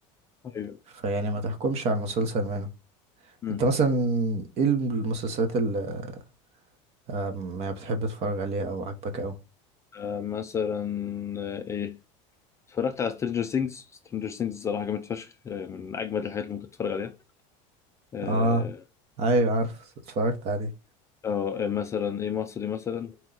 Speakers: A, on the left (about 20°); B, on the right (about 40°).
A: أيوه
B: فيعني ما تحكمش على المسلسل منهم
A: مم.
B: انت مثلا ايه المسلسلات اللي آم، يعني بتحب تتفرج عليها او عاجبك اوي
A: آه، مثلا آه، إيه اتفرجت على سترينجر سينجز سترينجر سينجز الصراحة جامد فشخ آه، من أجمد الحاجات اللي ممكن تتفرج عليها أه
B: اه ايوه عارف اتفرجت عليه
A: أو آه، مثلا إيه مصري مثلا